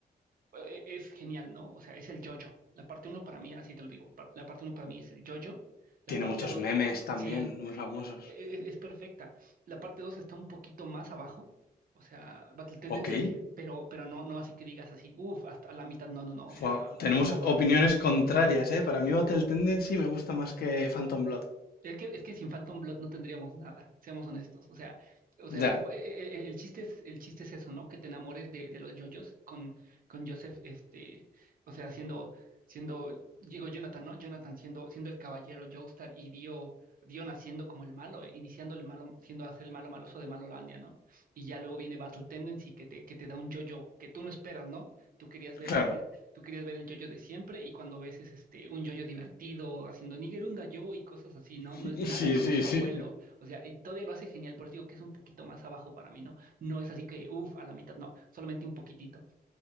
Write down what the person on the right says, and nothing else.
eh, e, es genial, ¿no? O sea, es el yo-yo. La parte uno para mí, así te lo digo, par- la parte uno para mí es el yo-yo, la
parte
dos,
sí,
e- e- es, perfecta. La parte dos está un poquito más abajo, o sea, Battle Tendency,
pero, pero no, no así que digas así, uff, hasta la mitad, no, no, no, o sea,
po-
por poquito.
Es que, es que sin Phantom Blood no tendríamos nada, seamos honestos. O sea, o sea,
p- e- e- el chiste es, el chiste es eso, ¿no? Que te enamores de, de los yoyos con, con Joseph, este, o sea, siendo, siendo, digo Jonathan, ¿no? Jonathan siendo, siendo el caballero Joestar y Dio, Dio naciendo como el malo, eh, iniciando el malo, siendo hacer el malo maloso de Malolandia, ¿no? Y ya luego viene Battle Tendency que te, que te da un yoyo que tú no esperas, ¿no? Tú querías ver
el, tú querías ver el yoyo de siempre y cuando ves es este un yoyo divertido haciendo Nigerunda yo y cosas así, ¿no?
No es nada
como
su
abuelo, o sea, y todavía lo hace genial, por eso digo que es un poquito más abajo para mí, ¿no? No es así que, uff, a la mitad, no, solamente un poquitito